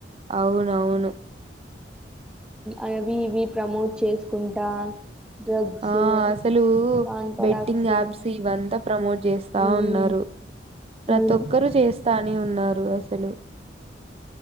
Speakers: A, on the right (about 35°); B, in the centre.
A: అవునవును.
B: అవి ఇవి ప్రమోట్ చేసుకుంటా. డ్రగ్స్
A: ఆహ్ అసలు
B: పాన్ పరాక్స్
A: బెట్టింగ్ యాప్స్ ఇవంతా ప్రమోట్ చేస్తా
B: మ్మ్
A: ఉన్నారు. ప్రతి
B: అవును
A: ఒక్కరు చేస్తానే ఉన్నారు అసలు.